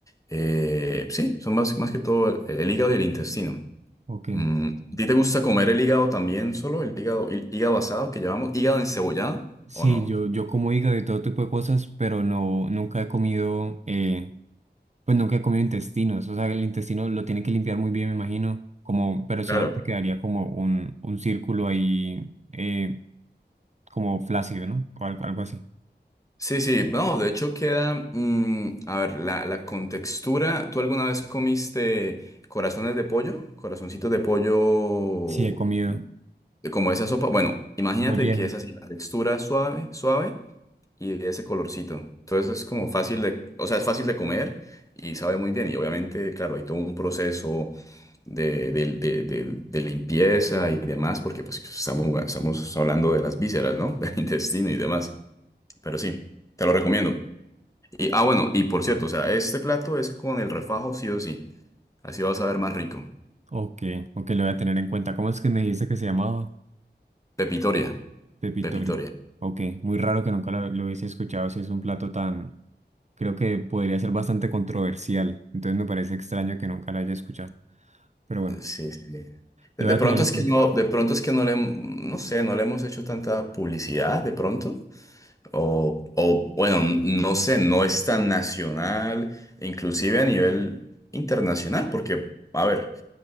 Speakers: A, on the left; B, on the right.
A: Eh, sí, son más, más que todo el, el hígado y el intestino.
B: Ok.
A: Mm, ¿A ti te gusta comer el hígado también solo? ¿El hígado, el hígado asado que llamamos hígado encebollado
B: Sí,
A: o no?
B: yo, yo como hígado y todo tipo de cosas, pero no, nunca he comido. eh, Pues nunca he comido intestinos, o sea, el intestino lo tiene que limpiar muy bien, me imagino, como, pero solamente
A: Claro.
B: quedaría como un, un círculo ahí, eh, como flácido, ¿no? O algo, algo así.
A: Sí, sí, no, de hecho queda, mm, a ver, la, la contextura, ¿tú alguna vez comiste corazones de pollo? Corazoncitos de pollo,
B: Sí, he comido
A: eh, como esa sopa. Bueno, imagínate
B: molleja.
A: que es así, la textura suave, suave y ese colorcito. Entonces es como fácil de, o sea, es fácil de comer y sabe muy bien. Y obviamente, claro, hay todo un proceso de, de- de- de- de limpieza y demás, porque pues estamos, estamos hablando de las vísceras, ¿no? <laughs> Del intestino y demás. Pero sí, te lo recomiendo. Y, ah, bueno, y por cierto, o sea, este plato es con el refajo sí o sí. Así vas a ver más rico.
B: Ok, ok, lo voy a tener en cuenta. ¿Cómo es que me dijiste que se llamaba?
A: Pepitoria.
B: Pepitoria.
A: Pepitoria.
B: Ok, muy raro que nunca lo, lo hubiese escuchado, si es un plato tan, creo que podría ser bastante controversial, entonces me parece extraño que nunca lo haya escuchado, pero bueno,
A: Sí, sí. De,
B: lo
A: de
B: voy a
A: pronto
B: tener en
A: es
B: cuenta.
A: que no, de pronto es que no le, hem- no sé, no le hemos hecho tanta publicidad de pronto. O, o bueno, n- no sé, no es tan nacional, inclusive a nivel internacional, porque, a ver,